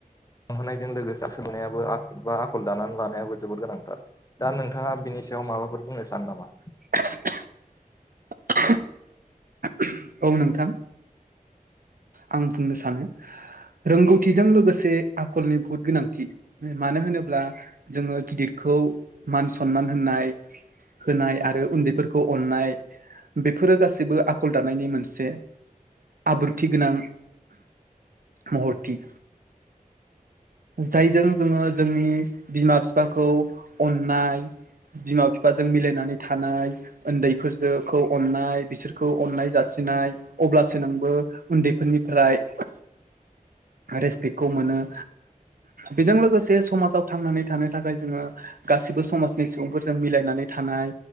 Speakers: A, on the left; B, on the right.
A: होनायजों लोगोसे सोलोंनायाबो बा आखल दानानै लानायाबो जोबोद गोनांथार दा नोंथाङा बिनि सायाव माबाफोर बुंनो सानो नामा?
B: <inaudible> औ नोंथां आं बुंनो सानो। रोंगौथिजों लोगोसे आखलनि बुहुत गोनांथि। मानो होनोब्ला जोङो गिदिरखौ खौ मान सनमान होननाय होनाय आरो उन्दैफोरखौ अननाय बेफोरो गासिबो आखल दानायनि मोनसे आब्रुथि गोनां महरथि जायजों जोङो जोंनि बिमा-बिफाखौ अननाय बिमा-बिफाजों मिलायनानै थानाय, उन्दैफोरजोंखौ अननाय बिसोरखौ अननाय जासि नाय अब्लासो नोंबो उन्दैफोरनिफ्राय रेसपेक्टखौ मोनो बेजों लोगोसे समाजाव थांनानै थानो थाखाय जोङो गासिबो समाजनि सुबुंफोरजों मिलायनानै थानाय